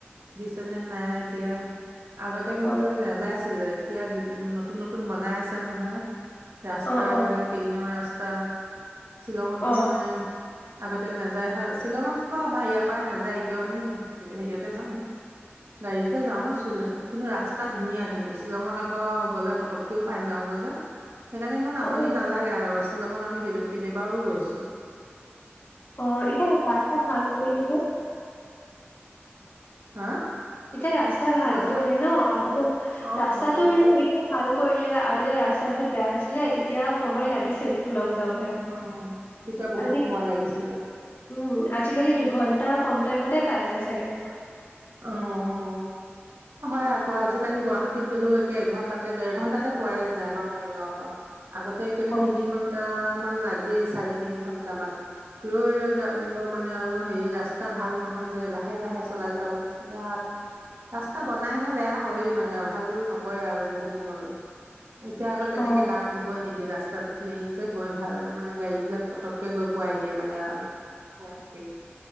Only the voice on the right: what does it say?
দিছে নে নাই এতিয়া। আগতে কিন্তু
নাযায় ছিলে এতিয়া নতুন নতুন বনাই আছে নহয় ৰাস্তা
বিলাক ৰাস্তা শ্বিলঙতো
মানে আগতে নাযায় হয় শ্বিলঙত বা আমাৰ ইয়াৰ পৰা নাযায় এতিয়াও আমি হেৰিয়তে যাওঁ গাড়ীতে যাওঁ কিন্তু ৰাস্তা ধুনীয়া কিন্তু শ্বিলঙত আকৌ গলে পতককেও পাই যাওঁগৈ যে সেইকাৰণে ইমান আমনী
আৰু শ্বিলঙত আমি কেই কেইবাবাৰো গৈছোঁ
হা
কি কৈছা
অ
অ অ
অ অ,
অ। তেতিয়া বহুত
সময় লাগিছিলে
অহ' হয়
আকৌ, আজিকালি গুৱাহাটীত গ'লেও কে এঘন্টাতে, দেৰ ঘণ্টাতে পোৱাই যায় আমাৰ মৰিগাওঁৰ পৰা। আগতে একেবা
তিনি ঘণ্টা মানে লাগিয়ে চাৰে তিনি ঘন্টা মান ৰৈ ৰৈ যাব মানে আৰু হেৰি ৰাস্তা ভাল নহয় যে লাহে লাহে চলাই যাব গাত ৰাস্তা বনাইহে, বেয়া হয় মানে ভাল নকৰে আৰু বহুত দিনলৈ এতিয়া আকৌ তেনেকে
গাত হ'বই নিদিয়ে। ৰাস্তাটো প্লেইন যে গৈ ভাল মানে গাড়ী বিলাক পটককে গৈ পোৱাই দিয়ে মানে আহ গুৱাহাটী।